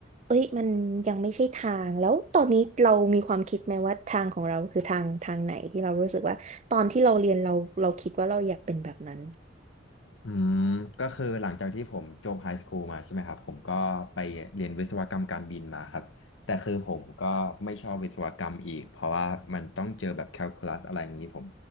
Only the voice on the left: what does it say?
อืมก็คือหลังจากที่ผมจบไฮสคูลมาใช่ไหมครับผมก็ไปเรียนวิศวกรรมการบินมาครับแต่คือผมก็ไม่ชอบวิศวกรรมอีกเพราะว่ามันต้องเจอแบบแคลคูลัสอะไรอย่างนี้ผม